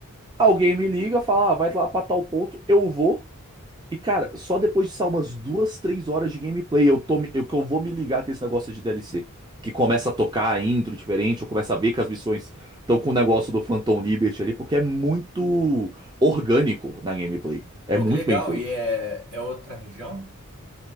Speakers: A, on the right; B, on the right.
A: Alguém me liga, fala, ah, vai lá pra tal ponto, eu vou. E cara, só depois de só umas duas, três horas de gameplay eu tô, me- eu, que eu vou me ligar com esse negócio de DLC. Que começa a tocar a intro diferente, eu começo a ver que as missões estão com o negócio do Phantom Liberty ali, porque é muito orgânico na gameplay. É
B: Pô,
A: muito
B: que legal.
A: bem feito.
B: E é, é outra região?